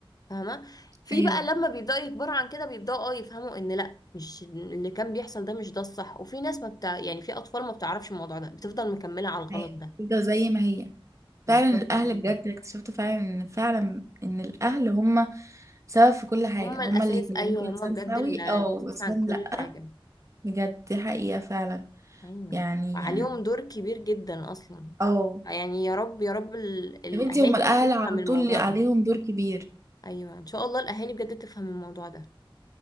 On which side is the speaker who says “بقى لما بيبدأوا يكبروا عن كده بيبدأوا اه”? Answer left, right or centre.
Left